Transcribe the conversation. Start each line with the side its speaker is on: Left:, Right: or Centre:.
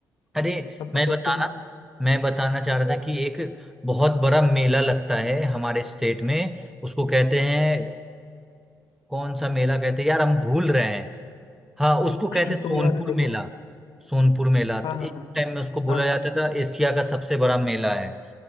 Centre: अरे
Left: अब
Centre: मैं
Left: अगर
Centre: बताना
Left: तुम
Centre: मैं बताना चाह रहा था कि एक बहुत बड़ा मेला लगता है हमारे स्टेट में उसको कहते हैं कौन सा मेला कहते हैं यार हम भूल रहे हैं हाँ उसको कहते
Left: <clears throat>
Centre: हैं सोनपुर
Left: तुम यार देखो
Centre: मेला सोनपुर मेला
Left: हाँ
Centre: तो
Left: हाँ
Centre: एक
Left: हाँ
Centre: टाइम में उसको बोला
Left: हाँ हाँ
Centre: जाता था एशिया का सबसे बड़ा मेला है